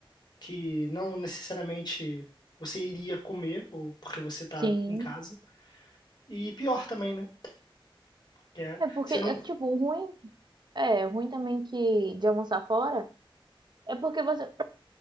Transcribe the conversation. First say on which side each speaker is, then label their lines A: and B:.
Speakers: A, on the left (about 50°); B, on the right (about 50°).
A: que não necessariamente você iria comer, ou porque você tá
B: Sim.
A: em casa. E pior também, né? Que é,
B: É porque,
A: você
B: é,
A: não.
B: tipo, o ruim, é, o ruim também que de almoçar fora é porque você,